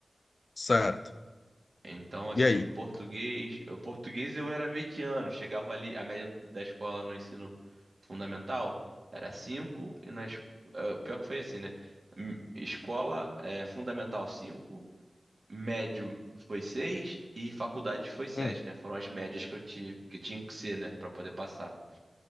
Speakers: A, on the left; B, on the right.
A: Certo.
B: Então, assim,
A: E aí?
B: português, eu- português eu era mediano, chegava ali, a média do- da escola no ensino fundamental era 5 e na, es- eh, pior que foi assim, né? Hum, Escola eh, fundamental 5, médio foi 6 e faculdade foi sete,
A: Hum.
B: né? Foram as médias que eu tive, que tinha que ser, né, Pra poder passar